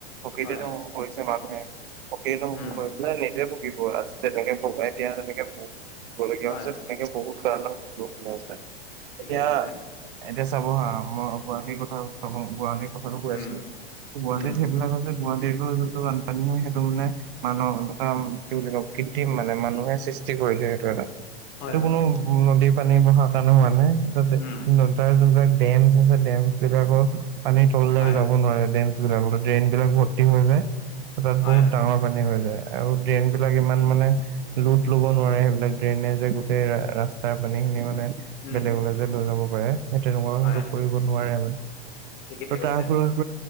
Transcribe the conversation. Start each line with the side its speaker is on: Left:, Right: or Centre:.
Right: প্ৰকৃতিতো
Left: হয়
Right: ধ্বংস কৰিছে মানুহে। প্ৰকৃতি ধ্বংস
Left: উম
Right: কৰি পেলাই নিজে ভুগিব, অজি তেনেকে ভগাই এতিয়া যেনেকে ভুগ গিবলগীয়া
Left: হয়
Right: হৈছে তেনেকে বহুত কাৰণত <unintelligible>
Left: ঠিকেই কৈছে
Right: এতিয়া চাব হা, মই গুৱাহাটীৰ কথা <unintelligible> গুৱাহাটীত কথাতো কৈ
Left: উম
Right: আছিলো, গুৱাহাটীত
Left: উম
Right: সেইবিলাক যে গুৱাহাটীতো যোনটো বানপানী হয় সেইটো বোলে। <unintelligible> বুলি কয়, কৃত্ৰিম মানে মানুহে সৃষ্টি কৰিলে। সেইটো এটা,
Left: হয়
Right: এইটো
Left: হয়
Right: কোনো নদীৰ পানী বহা কাৰণে হোৱা নাই।
Left: উম
Right: তাৰ যোনবিলাক ডেমছ আছে ডেমবিলাকৰ পানী তললে
Left: হয়
Right: যাব নোৱাৰে। ডেমছ বিলাক ড্ৰেইন বিলাক ভৰ্তি হৈ যায় তাত
Left: হয়
Right: বহুত ডাঙৰ পানী হৈ যায়। আৰু ড্ৰেইন বিলাক ইমান মানে লোট ল'ব নোৱাৰে সেইবিলাক। ড্ৰেইনে যে গোটেই ৰাস্তাৰ পানী খিনি মানে
Left: উম
Right: বেলেগলে যে লৈ যাব পাৰে। সেই তেনেকুৱা
Left: হয়
Right: সেইটো কৰিব নোৱাৰে মানে।
Left: ঠিকেই
Right: ত' তাৰ
Left: কৈছে
Right: ফলত।